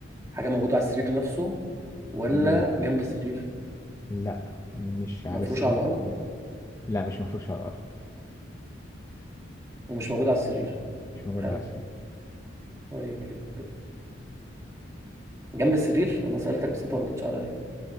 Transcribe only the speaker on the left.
لا
لا مش على
السرير
لا مش مفروش على الارض
مش موجودة
على السرير